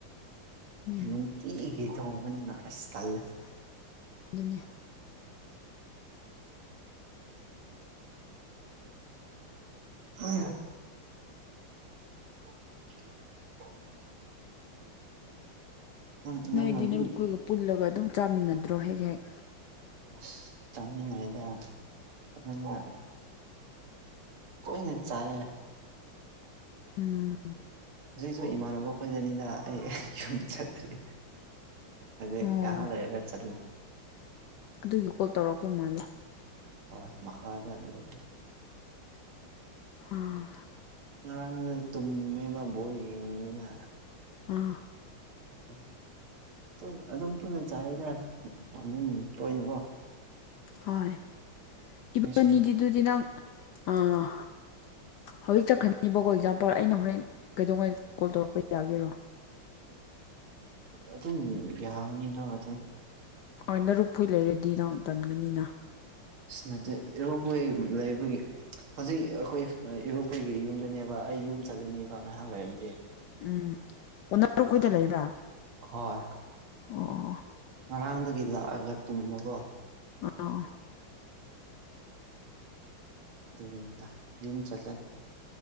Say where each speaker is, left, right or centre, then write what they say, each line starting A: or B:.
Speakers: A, on the left; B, on the right.
A: ꯎꯝ
B: ꯅꯨꯡꯇꯤꯒꯤ ꯊꯣꯡ ꯅꯪꯅ ꯑꯁ ꯇꯜꯂꯦ
A: ꯇꯜꯂꯦ ꯑꯗꯨꯅꯦ
B: ꯎꯝ <inaudible> ꯅꯪ ꯅꯪꯅ
A: ꯅꯣꯏꯗꯤ
B: ꯑꯗꯨꯝ
A: ꯅꯔꯨꯞꯈꯣꯏꯒ ꯄꯨꯜꯂꯒ ꯑꯗꯨꯝ ꯆꯥꯃꯤꯟꯅꯗ꯭ꯔꯣ ꯍꯦꯛ ꯍꯦꯛ
B: ꯑꯁ ꯆꯥꯃꯤꯟꯅꯩꯗ ꯑꯗꯨꯅ ꯇꯣꯏꯅ ꯆꯥꯌꯦ
A: ꯎꯝ
B: ꯍꯨꯖꯤꯛꯁꯨ ꯏꯃꯥꯟꯅꯕ ꯈꯣꯏꯗꯅꯤꯅ ꯑꯩ ꯌꯨꯝ ꯆꯠꯇ꯭ꯔꯤ ꯑꯗꯨꯏ
A: ꯑꯣ
B: ꯉꯍꯥꯛ ꯂꯩꯔꯒ ꯆꯠꯂꯅꯤ
A: ꯑꯗꯨꯒꯤ ꯀꯣꯜ ꯇꯧꯔꯛꯄ ꯃꯥꯜꯂꯦ
B: ꯍꯣꯏ ꯃꯈꯥꯗ ꯂꯩꯌꯦ
A: ꯑꯥ
B: ꯉꯟꯅ ꯇꯨꯝꯅꯤꯡꯉꯦꯕ ꯕꯣꯜ ꯌꯦꯡꯕꯅꯤꯅ
A: ꯑꯥ
B: ꯑꯗꯨꯅꯦ ꯇꯣꯏꯅ ꯑꯗꯨꯝ ꯄꯨꯟꯅ ꯆꯥꯏꯌꯦꯗ ꯑꯗꯨꯝ ꯇꯣꯏꯅꯀꯣ
A: ꯍꯣꯏ ꯏꯕꯟꯅꯤꯒꯤꯗꯨꯗꯤ
B: ꯅꯣꯏꯁꯨ
A: ꯅꯪ ꯑꯥ ꯍꯧꯖꯤꯛ ꯆꯠꯈꯟꯉꯕꯀꯣ ꯑꯦꯛꯖꯥꯝꯄꯜ ꯑꯩꯅ ꯍꯣꯔꯦꯟ ꯀꯩꯗꯧꯉꯩꯗ ꯀꯣꯜ ꯇꯧꯔꯛꯄ ꯌꯥꯒꯦꯔꯣ
B: ꯑꯗꯨꯝ ꯌꯥꯅꯤꯗꯣ ꯑꯗꯨꯝ
A: ꯍꯣꯏ ꯅꯔꯨꯛ ꯐꯨꯏ ꯂꯩꯔꯗꯤ ꯅꯪ ꯇꯟꯒꯅꯤꯅ
B: ꯅꯠꯇꯦꯔꯨ ꯀꯣꯏ ꯂꯩꯕꯒꯤ ꯍꯧꯖꯤꯛ ꯑꯩꯈꯣꯏ ꯏꯔꯨꯄꯣꯏꯒꯤ ꯌꯨꯝꯗꯅꯦꯕ ꯑꯩ ꯌꯨꯝ ꯆꯠꯂꯅꯦꯕ ꯉꯥꯏꯍꯥꯛ ꯂꯩꯔꯛꯏꯁꯦ
A: ꯎꯝ ꯑꯣꯟꯅ ꯇꯔꯨꯛꯈꯨꯏꯗ ꯂꯩꯕ꯭ꯔꯥ
B: ꯍꯣꯏ
A: ꯑ
B: ꯉꯔꯥꯡꯗꯒꯤ ꯂꯥꯛꯑꯒ ꯇꯨꯝꯕꯀꯣ
A: ꯑꯣ ꯑꯥ
B: ꯑꯗꯨꯗ ꯌꯨꯝ ꯆꯠꯅꯤ